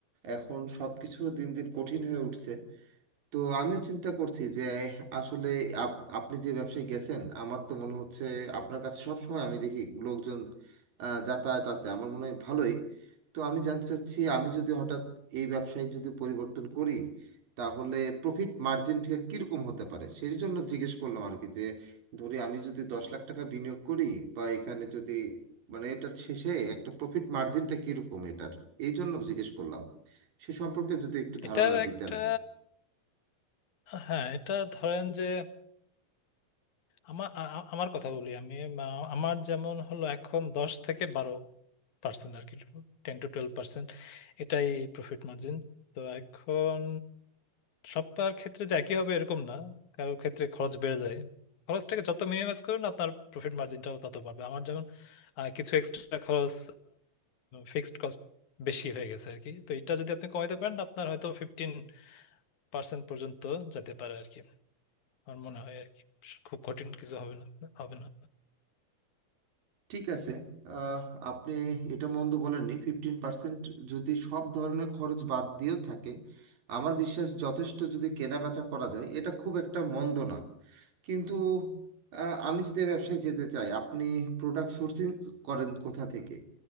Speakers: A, on the right; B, on the left.
A: এখন সব কিছু দিন দিন কঠিন হয়ে উঠছে তো আমিও চিন্তা করছি যে আসলে আপ- আপনি যে ব্যবসায় গেছেন আমার তো মনে হচ্ছে আপনার কাছে সব সময় আমি দেখি লোকজন আহ, যাতায়াত আছে আমার মনে হয় ভালোই তো আমি জানতে চাচ্ছি আমি যদি হঠাৎ এই ব্যবসায় যদি পরিবর্তন করি তাহলে প্রফিট মার্জিনটা কীরকম হতে পারে সেই জন্য জিজ্ঞেস করলাম আর কি যে ধরি আমি যদি দশ লাখ টাকা বিনিয়োগ করি বা এখানে যদি মানে এটা শেষে একটা প্রফিট মার্জিনটা কীরকম এটার এই জন্য জিজ্ঞেস করলাম সে সম্পর্কে যদি একটু ধারণা
B: এটার
A: দিতেন
B: একটা হ্যাঁ এটা ধরেন যে আমার আ- আ- আমার কথা বলি আমি আ- আমার যেমন হলো এখন দশ থেকে বারো পার্সেন্ট আর কি টেন টু টুয়েলভ পার্সেন্ট এটাই প্রফিট মার্জিন তো এখন সবার ক্ষেত্রে যে একই হবে এরকম না কারোর ক্ষেত্রে খরচ বেড়ে যায় খরচটাকে যত মিনিমাইজ করুন আপনার প্রফিট মার্জিনটাও তত বাড়বে আমার যেমন আহ, কিছু এক্সট্রা খরচ ফিক্সড কস্ট বেশি হয়ে গেছে আর কি তো এটা যদি আপনি কমাতে পারেন আপনার হয়তো ফিফটিন পার্সেন্ট পর্যন্ত যেতে পারে আর কি আমার মনে হয় আর কি খুব কঠিন কিছু হবে না হবে না
A: ঠিক আছে আহ, আপনি এটা মন্দ বলেননি ফিফটিন পার্সেন্ট যদি সব ধরনের খরচ বাদ দিয়েও থাকে আমার বিশ্বাস যথেষ্ট যদি কেনাবেচা করা যায় এটা খুব একটা মন্দ না কিন্তু আহ, আমি যদি এ ব্যবসায় যেতে চাই আপনি প্রোডাক্ট সোর্সিং করেন কোথা থেকে